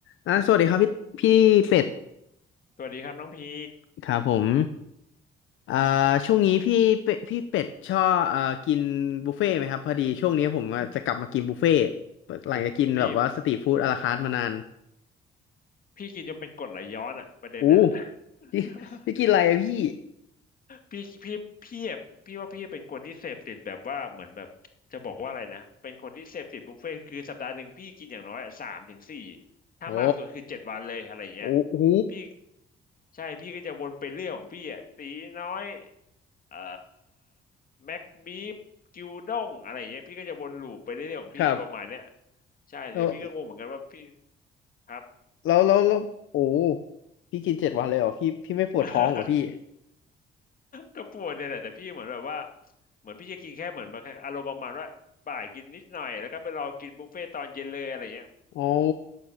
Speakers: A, on the left; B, on the left.
A: อ่าสวัสดีครับพี่พี่เป็ด
B: สวัสดีครับน้องพี
A: ครับผมอ่าช่วงนี้พี่เป็ดพี่เป็ดชอบเอ่อกินบุฟเฟ่ต์ไหมครับพอดีช่วงนี้ผมจะกลับมากินบุฟเฟ่ต์หลังจากกินแบบว่าสตรีทฟู้ดอะลาคาร์ทมานาน
B: พี่พี่กินจนเป็นกรดไหลย้อนอะประเด็นน่ะ
A: อู้พี่พี่กินอะไรอะพี่
B: <laughs> พี่พี่พี่อะพี่ว่าพี่เป็นคนที่เสพติดแบบว่าเหมือนแบบจะบอกว่าอะไรนะเป็นคนที่เสพติดบุฟเฟ่ต์คือสัปดาห์หนึ่งพี่กินอย่างน้อยอะสามถึงสี่ถ้ามากสุดคือเจ็ดวันเลยอะไรอย่างเงี้ย
A: โอ้โอ้โห
B: พี่ใช่พี่ก็จะวนไปเรื่องของพี่อ่ะตีน้อยเอ่อแม็กบีฟกิวด้งอะไรอย่างเงี้ยพี่ก็จะวนลูปไปเรื่อยๆของพี่ประมาณเนี้ย
A: ครับ
B: ใช่เดี๋ยวพี่ก็งงเหมือนกันว่าพี่
A: แล้ว
B: ครับ
A: แล้วแล้วแล้วโอ้พี่กินเจ็ดวันเลยเหรอพี่พี่ไม่ปวดท้องเหรอพี่
B: <laughs> ก็ปวดเนี่ยแหละแต่พี่เหมือนแบบว่าเหมือนพี่จะกินแค่เหมือนแบบอารมณ์ประมาณว่าบ่ายกินนิดหน่อยแล้วก็ไปรอกินบุฟเฟ่ตอนเย็นเลยอะไรเงี้ย
A: อ๋อ